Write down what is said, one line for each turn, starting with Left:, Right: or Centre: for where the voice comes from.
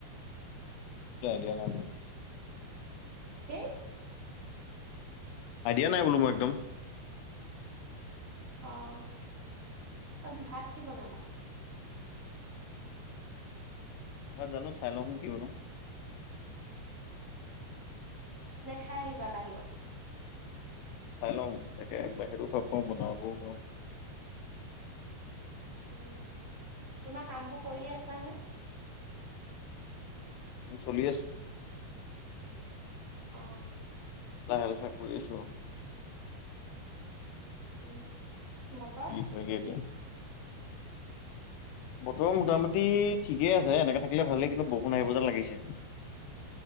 Left: এটো আইডিয়া নাই মো
Right: এই
Left: আইডিয়া নাই বোলো মোৰ একদম
Right: অঁ ত ভাত কি বনাবা
Left: হয় জানো চাই লওঁ কি বনাও
Right: নে খাই আহিবা বাহিৰত
Left: চাই লওঁ তাকে বাহিৰতো খাব পাওঁ বনাবও পাওঁ
Right: উম তোমা কামবোৰ কৰি আছানে
Left: উ চলি আছ
Right: অ
Left: লাহে লাহে কই আছোঁ আউ
Right: উম বতৰ
Left: হৈগে এতিয়া বতৰ মোটামুটি ঠিকেই আছে এনেকে থাকিলে ভালেই কিন্তু বউষুণ আহিব যেন লাগিছে